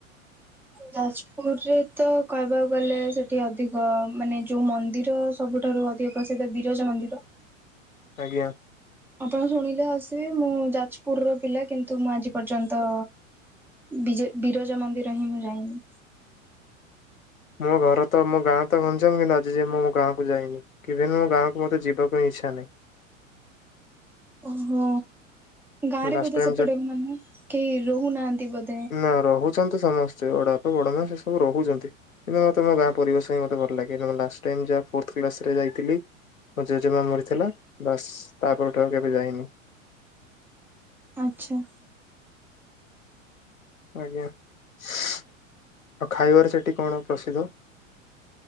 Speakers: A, in the centre; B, on the left.
A: ଯାଜପୁର୍ରେ ତ କହିବାକୁ ଗଲେ। ସେଠି ଅଧିକ ମାନେ ଯୋଉ ମନ୍ଦିର ସବୁଠାରୁ ଅଧି ପ୍ରସିଦ୍ଧ ବିରଜା ମନ୍ଦିର।
B: ଆଜ୍ଞା।
A: ଆପଣ ଶୁଣିଲେ ହସିବେ। ମୁଁ, ଯାଜ୍ପୁର୍ ର ପିଲା କିନ୍ତୁ, ମୁଁ ଆଜି ପର୍ଯ୍ୟନ୍ତ ବିଜ ବିରଜା ମନ୍ଦିର ହିଁ ମୁଁ ଯାଇନି।
B: ମୋ ଘର ତ ମୋ ଗାଁ ତ ଗଞ୍ଜାମ୍ କିନ୍ତୁ ଆଜି ଯାଏଁ ମୁଁ ମୋ ଗାଁକୁ ଯାଇନି। କିଭିନି ମୋ ଗାଁକୁ ମତେ ଯିବାକୁ ହିଁ ଇଚ୍ଛା ନାହିଁ।
A: ଓହୋ। ଗାଁ
B: ମୁଁ
A: ରେ
B: ଲାଷ୍ଟ
A: ବୋଧେ
B: ଟାଇମ
A: ସେପଟେ ମାନେ କେହି ରହୁନାହାନ୍ତି ବୋଧ
B: ନା ରହୁଛନ୍ତି ସମସ୍ତେ ଅଡ଼ାପ ବଡ଼ ମା ସେ ସବୁ ରହୁଛନ୍ତି। କିନ୍ତୁ ମୋତେ ମୋ ଗାଁ ପରିବେଶ ହିଁ ମତେ ଭଲ ଲାଗେ, ଯୋ ମୁଁ ଲାଷ୍ଟ୍ ଟାଇମ୍ ଯାହା ଫୋର୍ଥ କ୍ଲାସ ରେ ଯାଇଥିଲି ମୋ ଜେଜେମା ମରିଥିଲା। ବାସ୍ ତା ପରଠୁ ଆଉ କେବେ ଯାଇନି।
A: ଆଚ୍ଛା।
B: ଆଜ୍ଞା। <inaudible> ଆଉ ଖାଇବାରେ ସେଠି କଣ ପ୍ରସିଦ୍ଧ?